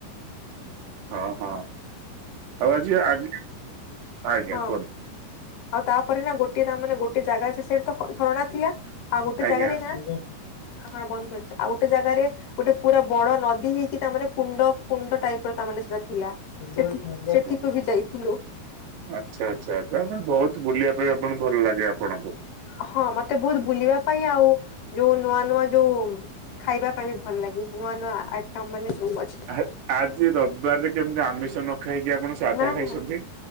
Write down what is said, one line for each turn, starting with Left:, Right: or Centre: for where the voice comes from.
Right: ହଁ ହଁ ଆଉ ଆଜି ଆଜି ଆଜ୍ଞା
Left: ହଁ
Right: କୁହନ୍ତୁ।
Left: ଆଉ ତାପରେ ନା ଗୋଟେ ତା ମାନେ ଗୋଟେ ଜାଗା ସେଟ ତ ଝରଣା ଥିଲା। ଆଉ ଗୋଟେ
Right: ଆଜ୍ଞା
Left: ଜାଗାରେ ନା ହଁ ବନ୍ଦ କରିଛି ଆଉ ଗୋଟେ ଜାଗାରେ ଗୋଟେ ପୁରା ବଡ ନଦୀ ହେଇକି ତାମାନେ କୁଣ୍ଡ କୁଣ୍ଡ ଟାଇପ ର ତାମାନେ ସେଟା ଥିଲା। ସେଠ
Right: ଆଚ୍ଛା
Left: ସେଠିକୁ ବି ଯାଇଥିଲୁ।
Right: ଆଚ୍ଛା ଆଚ୍ଛା ତା ମାନେ ବହୁତ ବୁଲିବା ପାଇଁ ଆପଣଙ୍କୁ ଭଲ ଲାଗେ ଆପଣଙ୍କୁ।
Left: ହଁ ମତେ ବହୁତ ବୁଲିବା ପାଇଁ ଆଉ ଯୋଉ ନୂଆ ନୂଆ ଯୋଉ ଖାଇବା ପାଇଁ ବି ଭଲ ଲାଗେ ନୂଆ ନୂଆ ଆଇଟମ୍ ମାନେ ଯୋଉ ଅଛି।
Right: ଆ ଆଜି ରବାରରେ କେମିତି ଆମିଷ ନ ଖାଇକି ଆପଣ। ସାଧା
Left: ନା
Right: ଖାଇଛନ୍ତି।
Left: ନା